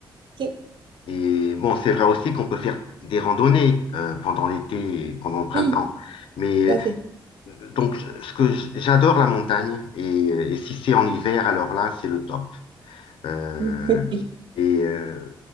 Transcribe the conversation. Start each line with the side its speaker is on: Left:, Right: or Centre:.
Right: Ok.
Left: Et bon, c'est vrai aussi qu'on peut faire des randonnées euh, pendant l'été et pendant le printemps.
Right: Oui,
Left: Mais
Right: tout à fait.
Left: euh, donc, je- ce que j- j'adore la montagne et, euh, et si c'est en hiver, alors là, c'est le top. Euh,
Right: <laughs>
Left: et euh,